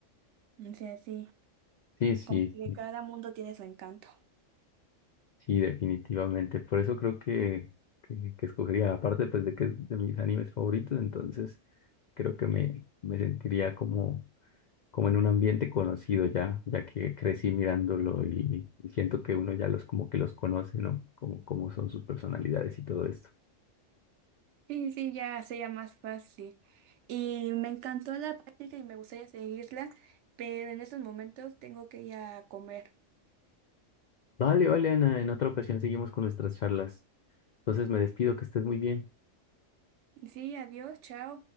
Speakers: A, on the right; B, on the left.
A: o sea, sí,
B: Sí, sí,
A: como que cada mundo tiene su encanto.
B: Sí, definitivamente. Por eso creo que, que, que escogería, aparte pues de que es de mis animes favoritos, entonces creo que me, me sentiría como, como en un ambiente conocido ya, ya que crecí mirándolo y, y siento que uno ya los como que los conoce, ¿no? Como, como son sus personalidades y todo esto.
A: Sí, sí, ya sería más fácil. Y me encantó la práctica y me gustaría seguirla, pero en estos momentos tengo que ir a comer.
B: Vale, vale, Ana, en otra ocasión seguimos con nuestras charlas. Entonces me despido, que estés muy bien.
A: Sí, adiós, chao.